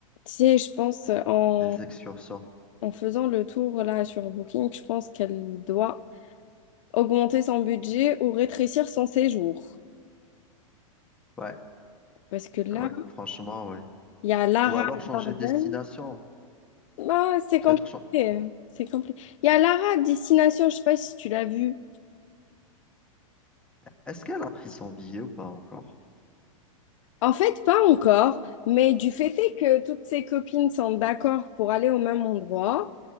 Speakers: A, on the left (about 65°); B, in the centre.
A: Tu sais, je pense euh, en,
B: des excursions.
A: en faisant le tour là sur Booking, je pense qu'elle doit augmenter son budget ou rétrécir son séjour.
B: Ouais,
A: Parce que là,
B: ouais, franchement, ouais.
A: Il y a Lara
B: Ou alors changer
A: Garden
B: de destination.
A: Ah, c'est
B: Peut-être.
A: compliqué.
B: chan-
A: C'est compliqué. Il y a Lara Destination, je sais pas si tu l'as vue.
B: Est-ce qu'elle a pris son billet ou pas encore?
A: En fait, pas encore, mais du fait est que toutes ses copines sont d'accord pour aller au même endroit,